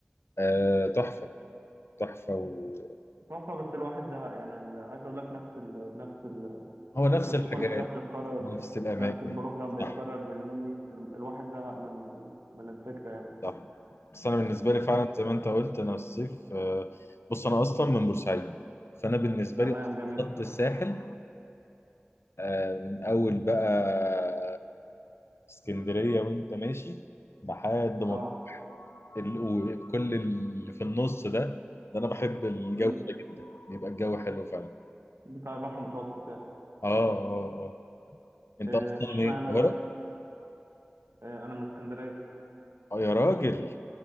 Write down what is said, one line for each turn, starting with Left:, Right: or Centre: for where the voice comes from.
Left: آه تحفه تحفه و...
Right: تحفة بس الواحد زهق يعني ال- عايز أقول لك نفس ال... نفس ال...
Left: هو نفس
Right: نفس
Left: الحاجات
Right: كل حاجة بتتكرر
Left: نفس الاماكن
Right: نفس البروجرام بيتكرر
Left: صح
Right: بالملي ال- الواحد زهق من من الفكرة يعني
Left: صح بس انا بالنسبه لي فعلا
Right: بس
Left: زي ما انت قلت انا الصيف آه، بص انا اصلا من بورسعيد فانا بالنسبه
Right: تمام
Left: لي
Right: جميل
Left: خط الساحل آه، من اول بقى اسكندريه وانت ماشي لحد ما
Right: اه
Left: ال- وكل اللي في النص ده ده انا بحب الجو
Right: امم
Left: ده جدا بيبقى الجو حلو فعلا
Right: بتاع البحر المتوسط يعني
Left: اه اه اه انت
Right: آه،
Left: اصلا
Right: اشمعنى
Left: من القاهره
Right: بقى آه، أنا من اسكندرية
Left: اه يا راجل